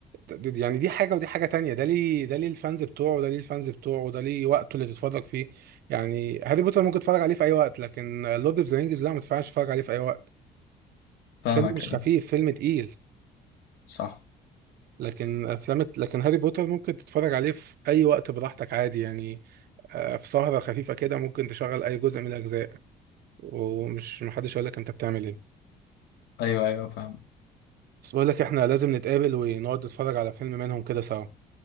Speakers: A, on the right; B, on the left.
A: د- يعني دي حاجه ودي حاجه تانية ده ليه ده ليه الفانز بتوعه وده ليه الفانز بتوعه وده ليه وقته اللي تتفرج فيه يعني هاري بوتر ممكن تتفرج عليه في اي وقت لكن لورد اوف ذا رينجز لا ما تنفعش تتفرج عليه في اي وقت
B: فاهمك
A: فيلم مش
B: ايوه
A: خفيف فيلم تقيل
B: صح
A: لكن افلام لكن هاري بوتر ممكن تتفرج عليه في اي وقت براحتك عادي يعني آه، في سهرة خفيفة كده ممكن تشغل اي جزء من الاجزاء ومش محدش يقول لك انت بتعمل ايه
B: ايوه ايوه فاهم
A: بس بقول لك احنا لازم نتقابل ونقعد نتفرج على فيلم منهم كده سوا